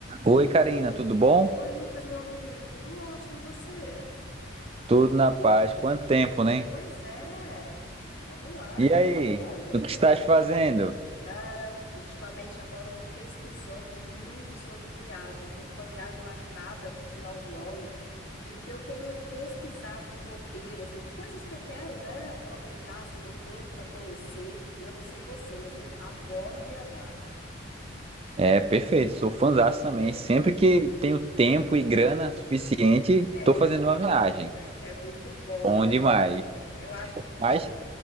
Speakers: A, on the right (about 30°); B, on the left (about 70°).
A: Oi, Karina, tudo bom?
B: Oi, Lucas, meu amigo, tudo ótimo, e você?
A: Tudo na paz. Quanto tempo, né?
B: Pois é, vamos lá,
A: E
B: o que
A: aí,
B: que você manda?
A: o que estás fazendo?
B: <laughs> Cara, ultimamente agora eu tô pesquisando muito sobre viagens. Eu tô com uma viagem marcada pro final do ano e o que eu tenho pesquisado de roteiro, assim, de coisas que eu quero, né, aproveitar assim no tempo pra conhecer. Eu não sei você, mas eu adoro viajar.
A: É, perfeito, sou fãzaço também. Sempre que tenho tempo e grana suficiente,
B: <laughs>
A: estou
B: É,
A: fazendo uma viagem.
B: é muito bom
A: Bom
B: mesmo.
A: demais.
B: Eu acho que
A: Mas,
B: eu